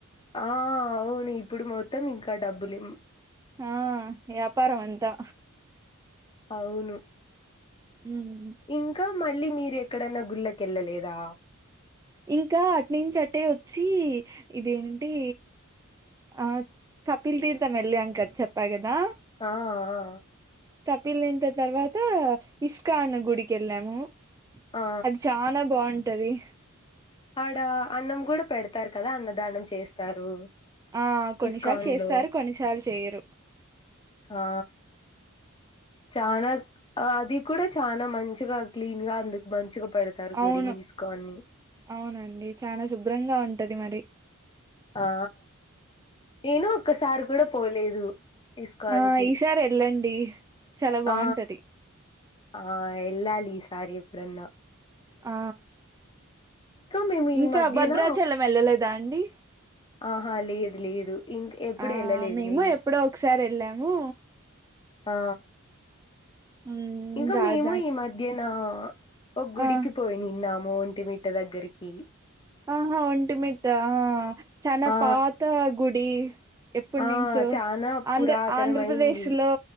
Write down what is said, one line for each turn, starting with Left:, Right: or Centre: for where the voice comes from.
Left: ఆ అవును ఇప్పుడు మొత్తం ఇంకా డబ్బులుం
Right: ఆ యాపారం అంతా
Left: అవును
Right: ఉమ్
Left: ఇంకా మళ్ళీ మీరు ఎక్కడన్నా గుళ్ళకెళ్ళలేదా
Right: ఇంకా అటునుంచి అట్టే వచ్చి ఇదేంటి ఆ కపిల్ తీర్థం వెళ్ళి అంకద చెప్పా కదా
Left: ఆ ఆ
Right: తప్పిలింత తర్వాత ఇస్కాన్న గుడికి వెళ్ళాము
Left: ఆ
Right: అది చాల బాగుంటది
Left: ఆడ అన్నం కూడా పెడతారు కదా అన్నదానం చేస్తారు
Right: ఆ కొన్నిసార్లు
Left: ఇస్కాన్
Right: చేస్తారు
Left: లో
Right: కొన్నిసార్లు చేయరు
Left: ఆ చనా అది కూడా చాల మంచిగా క్లీన్ గా అందుకు మంచిగా పెడతారు
Right: అవును
Left: గుడిని ఇస్కాన్ ని
Right: అవునండి చాలా శుభ్రంగా ఉంటది మరి
Left: ఆ నేను ఒక్కసారి కూడా పోలేదు ఇస్కాన్
Right: ఆ
Left: కి
Right: ఈసారి వెళ్ళండి చాలా బాగుంటది
Left: ఆ ఆ ఎల్లాాలలీసారి ఎప్పుడున్నా
Right: ఆ
Left: మేము
Right: ఇంకా
Left: ఈ మధ్యన
Right: భద్రాచలం వెళ్ళలేదా అండి
Left: ఆహా లేదు లేదు ఇంక ఎప్పుడు
Right: ఆ
Left: ఎళ్ళలేదు
Right: మేము
Left: నేను.
Right: ఎప్పుడో ఒకసారి వెళ్ళాము
Left: ఆ
Right: మ్మ్
Left: ఇంకా
Right: రాదా
Left: మేము ఈ మధ్యన ఒక గుడికి
Right: ఆ
Left: పోయినిన్నాము ఒంటిమిట్ట దగ్గరికి
Right: అహా ఒంటి మిట్ట ఆ చానా
Left: ఆ!
Right: పాత గుడి ఎప్పడి
Left: ఆ!
Right: నుంచో
Left: చానా
Right: ఆంధ్ర
Left: పురాతనమైంది.
Right: ఆంధ్రప్రదేశ్ లో